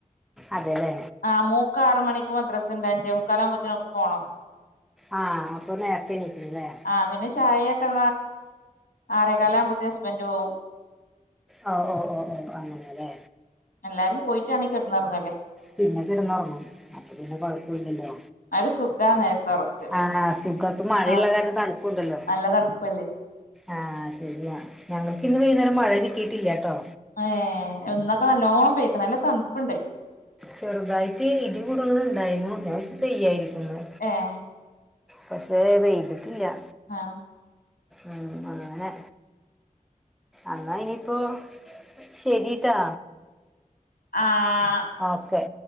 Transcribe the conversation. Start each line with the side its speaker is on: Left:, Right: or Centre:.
Centre: അതേല്ലേ
Left: ആഹ് മൂക്ക് ആറ് മണിക്ക് മദ്രസിണ്ട് അഞ്ചേ മുക്കാലാമ്പത്തിനവക്ക് പോണം
Centre: ആ ആ അപ്പൊ നേരത്തെ എണീക്കണല്ലേ
Left: ആ പിന്നെ ചായയക്കെ ആറേകാലകുമ്പത്തേ അസ്ബൻഡ് പോവും
Centre: ഓ ഓ ഓ ഓ അങ്ങനെല്ലേ
Left: എല്ലാരും പോയിട്ടാണി കെടന്നൊറങ്ങല്
Centre: പിന്നെ കെടന്നൊറങ്ങു അപ്പൊ പിന്നെ കൊഴപ്പൊല്ലല്ലോ
Left: ഒരു സുഖാ നേരത്തെ ഒറക്ക്
Centre: ആണ സുഗം മഴഇള്ള
Left: ആഹ്
Centre: കാരണം തണുപ്പുണ്ടല്ലോ
Left: നല്ല തണുപ്പല്ലേ
Centre: ആഹ് ശെരിയാ ഞങ്ങൾക്കിന്ന് വൈന്നേരം മഴ കിട്ടിയിട്ടില്ലാട്ടോ
Left: ഏഹ് ഇന്നൊക്കെ നല്ലോണം പേക്കണ് നല്ല തണുപ്പുണ്ട്
Centre: ചെറുതായിട്ട് ഇടികൂടങ്ങ ഉണ്ടായിരുനു ഞാൻ വിജാരിച്ചു പെയ്യായിരിക്കുന്ന്
Left: ഏഹ്
Centre: പക്ഷെ പെയ്ത്ട്ടില്ലാ
Left: ആഹ്
Centre: ഉം അങ്ങനെ എന്നാ ഇനിപ്പോ ശരിട്ടാ
Left: ആഹ്
Centre: ആഹ് ഓക്കെ